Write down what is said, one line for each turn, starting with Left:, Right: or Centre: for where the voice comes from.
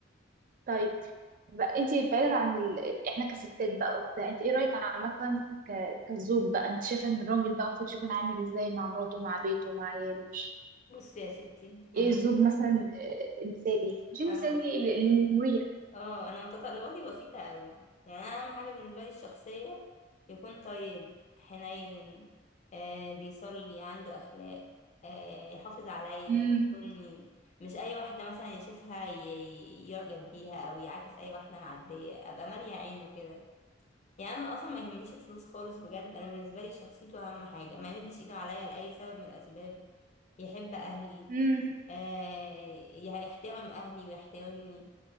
Right: طيب بقى انت بعيدا عن ال... احنا كستات بقى وبتاع انت ايه رايك عامه ك... كزوج بقى انت شايفه ان الراجل بقى المفروض يكون عامل ازاي مع مراته مع بيته مع عياله
Left: بصي يا ستي
Right: ايه
Left: أنا
Right: الزوج مثلا آه، المثالي مش المثالي
Left: أنا
Right: ال- ال- المريح
Left: اه انا متطلباتي بسيطة قوي يعني انا اهم حاجة بالنسبة لي الشخصية يكون طيب حنين آه بيصلي عنده اخلاق آه يحافظ عليا
Right: امم
Left: يكون مش اي واحدة مثلا يشوفها ي- يعجب بيها او يعاكس اي واحدة معدية ابقى مالية عينه كده يعني انا اصلا ما يهمنيش الفلوس خالص بجد انا بالنسبة لي شخصيته اهم حاجة ما يمدش ايده عليا لأي سبب من الاسباب يحب اهلي
Right: امم
Left: آه يحترم اهلي ويحترمني